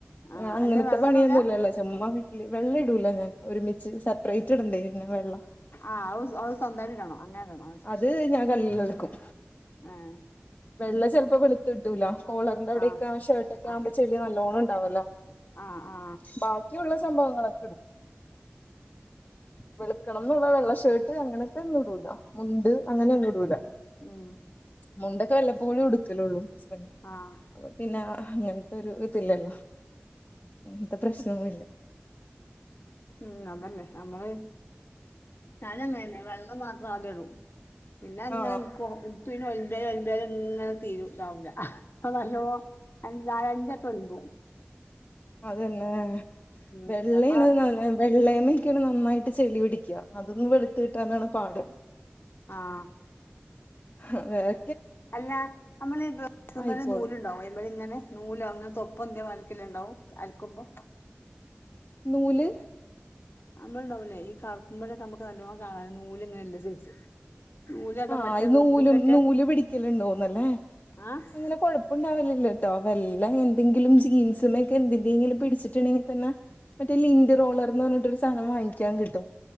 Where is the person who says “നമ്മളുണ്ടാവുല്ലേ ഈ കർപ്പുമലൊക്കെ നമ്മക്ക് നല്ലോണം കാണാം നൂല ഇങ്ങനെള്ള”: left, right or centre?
Left